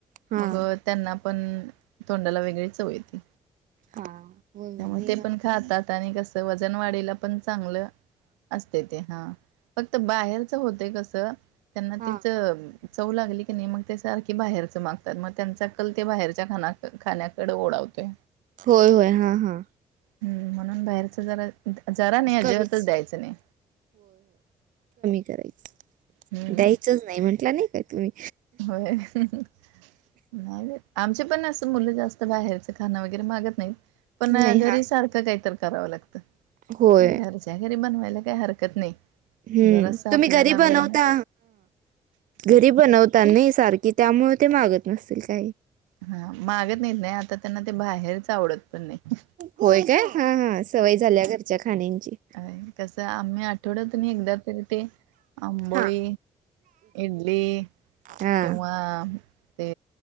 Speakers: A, on the right (about 60°); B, on the right (about 80°).
A: हा
B: मग त्यांना पण तोंडाला वेगळी चव येते.
A: हा होय होय
B: त्यामुळे
A: नाही
B: ते
A: घालतो
B: पण खातात
A: त्याला
B: आणि कसं वजन वाढीला पण चांगलं असते ते हा. बाहेरचं होतंय कस त्यांना
A: हा
B: तीच चव लागली की नाही मग ते सारखी बाहेरचं मागतात मग त्यांचा कल ते बाहेरच्या खाना खाण्याकडे ओढावतोय.
A: होय होय हा हा
B: हम्म म्हणून बाहेरचं जरा जरा नाही अजिबातचं
A: कमीच
B: द्यायचं नाही.
A: करायच.
B: हम्म
A: द्यायचचं नाही म्हंटलं नाही काय तुम्ही
B: होय नाही बाई आमचे पण अस मुलं जास्त बाहेरच खाण वगैरे मागत नाहीत पण
A: नाही
B: घरी
A: हा
B: सारखं काहीतर करावं लागतं.
A: होय
B: घरच्या घरी बनवायला काही हरकत नाही.
A: हम्म
B: जरासं
A: तुम्ही
B: आपल्याला
A: घरी
B: वेळ
A: बनवता
B: मिळ
A: घरी बनवता नाही सारखे की त्यामुळे ते मागत नसतील काही
B: हा मागत नाहीत नाही आता त्यांना ते बाहेरचं आवडत पण नाही
A: होय काय हा हा सवय झाल्या घरच्या खाण्यांची
B: होय. कसं आहे आम्ही आठवड्यातून एकदा तरी ते आंबोळी
A: हा
B: इडली
A: हा
B: किंवा ते